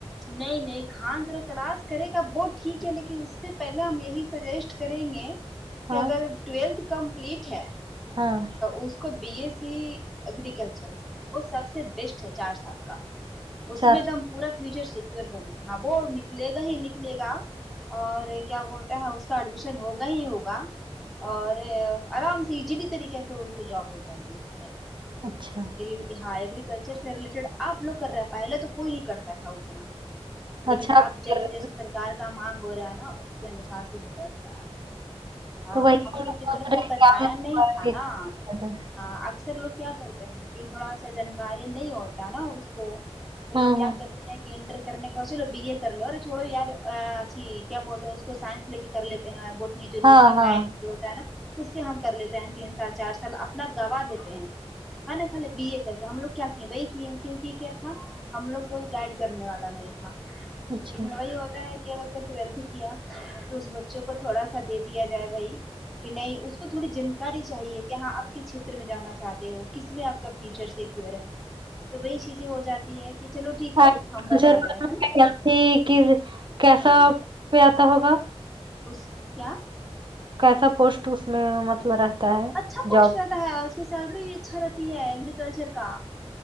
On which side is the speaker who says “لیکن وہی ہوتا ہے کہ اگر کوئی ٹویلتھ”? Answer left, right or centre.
Centre